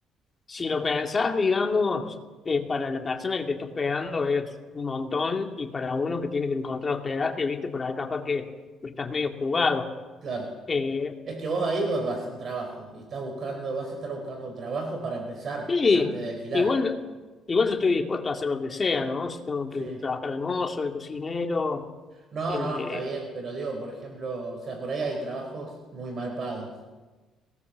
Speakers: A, on the left; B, on the right.
A: Si lo pensás, digamos, eh, para la persona que te está hospedando es un montón y para uno que tiene que encontrar hospedaje, viste, por ahí capaz que estás medio jugado.
B: claro.
A: Eh,
B: Es que vos ahí vas, vas sin trabajo y estás buscando, vas a estar buscando un trabajo para empezar
A: sí,
B: antes de alquilar.
A: igual, igual yo estoy dispuesto a hacer lo que sea, ¿no? Si tengo
B: Sí.
A: que trabajar de mozo, de cocinero,
B: No,
A: eh,
B: no, está bien, pero digo, por ejemplo, o sea, por ahí hay trabajos muy mal pagos,